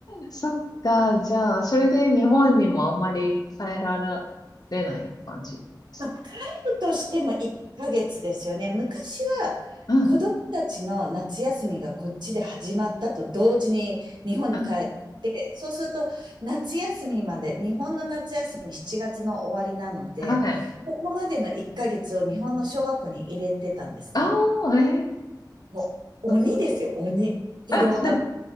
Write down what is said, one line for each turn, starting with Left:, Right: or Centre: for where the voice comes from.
Left: そっか、じゃあ、それで日本にもあんまり帰られない感じです
Right: ま来るとしても1ヶ月ですよね。昔は子供たちの夏休みがこっちで始まったと同時に日本に帰って、
Left: か。うん、うん、
Right: そうすると夏休みまで、日本の夏休み7月の終わりなので、
Left: はい。
Right: ここまでの1ヶ月を日本の小学校に入れてたんですね。
Left: あお、えー、
Right: もう鬼ですよ、
Left: そっ
Right: 鬼。子供から
Left: か <laughs> ち